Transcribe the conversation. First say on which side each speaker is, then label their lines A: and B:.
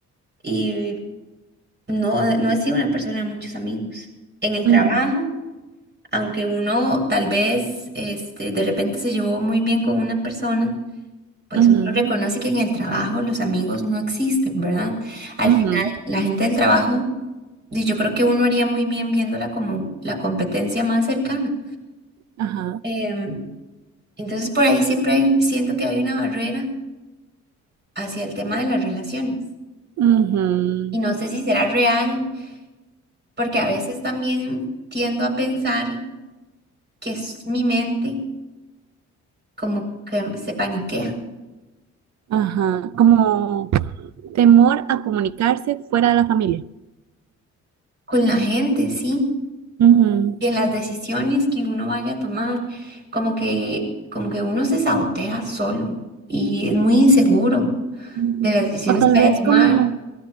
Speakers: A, on the right; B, on the right.
A: y No, eh, no he sido una persona de muchos amigos. En el
B: ujú,
A: trabajo, aunque uno tal vez este, de repente se llevó muy bien con una persona, pues
B: ujú,
A: uno reconoce que en el trabajo los amigos no existen, ¿verdad? Al
B: ujú,
A: final, la gente del trabajo, y yo creo que uno haría muy bien viéndola como la competencia más cercana.
B: ajá,
A: Em, entonces, por ahí siempre hay- siento que hay una barrera hacia el tema de las relaciones.
B: ujú,
A: Y no sé si será real, porque a veces también tiendo a pensar que es mi mente como que se paniquea
B: ajá. Como temor a comunicarse fuera de la familia.
A: con la gente, ¿sí?
B: Ujú,
A: Y en las decisiones que uno vaya a tomar, como que, como que uno se sabotea solo y es muy inseguro
B: ujú.
A: de las decisiones
B: O tal
A: que vaya
B: vez
A: a tomar.
B: como,